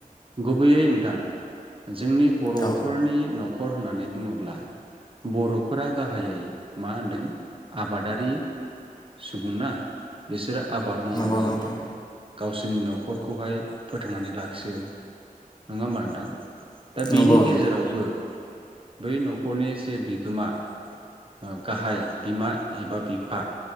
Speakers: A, on the right (about 35°); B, on the left (about 25°).
A: गुबैयैन थां जोंनि बर'फोरनि
B: औ
A: न'ख खर होननानै बुङोब्ला बर'फोरा गाहायै मा होनदों आबादारि सुबुं ना बिसोरा आबाद मावनानै
B: नंगौ नोंथां
A: गावसोरनि न'खरखौहाय फोथांनानै लाखियो। नङा होमबा नोंथां? दा बिनि
B: नंगौ
A: गेजेरावबो
B: नोंथां
A: बै न'खरनि जे बि गोमा ओ गाहाय बिमा एबा बिफा